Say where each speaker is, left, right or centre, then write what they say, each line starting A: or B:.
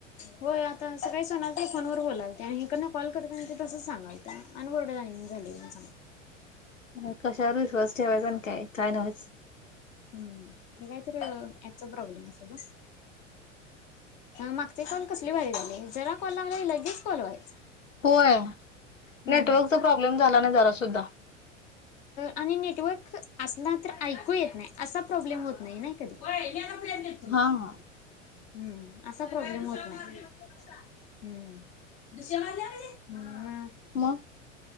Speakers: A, on the left (about 20°); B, on the left (about 80°).
A: होय आ तर सकाळी <inaudible> सोनाल ताई फोनवर बोलालत्या ते आणि हिकडन कॉल करताना ते तसं सांगालत अनबोर्ड नाही झालय म्हणून सांग
B: म कशावर विश्वास ठेवायचा आणि काय -काय नव्हचं.
A: हम्म आणि काहीतर ऍपचा प्रॉब्लेम असेल ना? मागचे कॉल <inaudible> कसले भारी झाले जरा कॉल लागला लगेच कॉल व्हायचा.
B: होय, नेटवर्कचा
A: हम्म
B: प्रॉब्लेम झाला नाही जरा सुद्धा.
A: आणि नेटवर्क असला तर ऐकू येत नाही असा प्रॉब्लेम होत नाही ना कधी <inaudible>
B: हा-हा
A: हम्म असा प्रॉब्लेम होत ना <inaudible> हं <unintelligible> हं -हं
B: मग